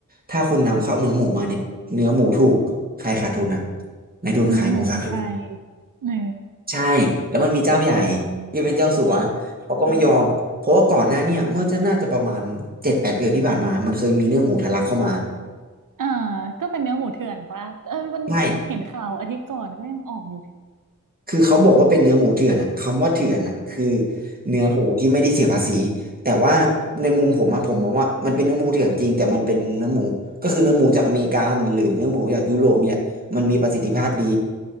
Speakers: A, on the right; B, on the right.
A: ถ้าคุณนำเข้าเนื้อหมูมาเนี่ยเนื้อหมูถูกใครขาดทุนนะนายทุนขายหมูขาดทุน
B: เนื้อหมูในไทยเออ
A: ใช่แล้วมันมีเจ้าใหญ่ที่เป็นเจ้าสัวเขาก็ไม่ยอมเพราะว่าก่อนหน้าเนี่ยเมื่อจะน่าจะประมาณเจ็ดแปดเดือนที่ผ่านมามันเคยมีเนื้อหมูทะลักเข้ามา
B: <laughs> อ่าก็เป็นเนื้อหมูเถื่อนปะเออมันเห็นข่าวอาทิตย์ก่อนก็ยังออกอยู่เลย
A: ใช่ คือเขาบอกว่าเป็นเนื้อหมูเถื่อนอะคำว่าเถื่อนอะคือเนื้อหมูที่ไม่ได้เสียภาษีแต่ว่าในมุมผมอะผมมองว่ามันเป็นเนื้อหมูเถื่อนจริงแต่มันเป็นเนื้อหมูก็คือเนื้อหมูจากอเมริกันหรือเนื้อหมูจากยุโรปเนี่ยมันมีประสิทธิภาพดี